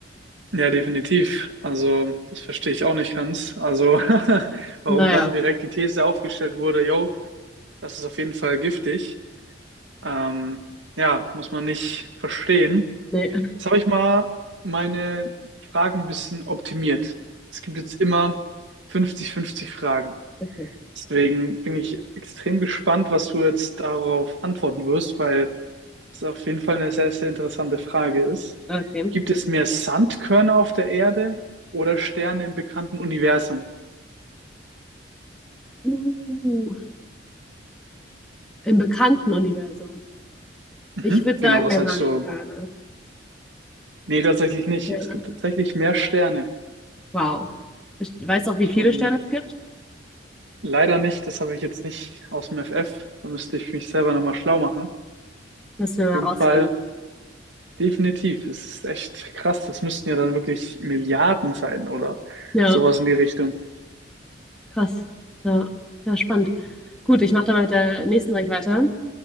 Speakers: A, on the right; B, in the centre.
A: Ja, definitiv. Also, das verstehe ich auch nicht ganz. Also, <laughs> warum
B: Naja,
A: dann direkt die These aufgestellt wurde, yo, das ist auf jeden Fall giftig. Ähm, ja, muss man nicht verstehen.
B: nee,
A: Jetzt habe ich mal meine Fragen ein bisschen optimiert. Es gibt jetzt immer 50-50 Fragen.
B: okay.
A: Deswegen bin ich extrem gespannt, was du jetzt darauf antworten wirst, weil es auf jeden Fall eine sehr, sehr interessante Frage ist.
B: Okay.
A: Gibt es mehr Sandkörner auf der Erde oder Sterne im bekannten Universum?
B: Uh, im bekannten Universum.
A: Mhm.
B: Ich würde
A: Genau,
B: sagen,
A: was
B: der
A: halt
B: Sandsterne.
A: so. Nee, tatsächlich nicht.
B: Sterne.
A: Es gibt tatsächlich mehr Sterne.
B: Wow. Ich weiß auch, wie
A: Schon
B: viele Sterne es gibt.
A: leider nicht. Das habe ich jetzt nicht aus dem FF. Da müsste ich mich selber nochmal schlau machen. Auf
B: Müssen wir
A: jeden
B: mal rausfinden.
A: Fall definitiv. Es ist echt krass. Das müssten ja dann wirklich Milliarden sein oder
B: Ja,
A: sowas in die Richtung.
B: krass. Ja, ja, spannend. Gut, ich mache dann mal mit der nächsten direkt weiter.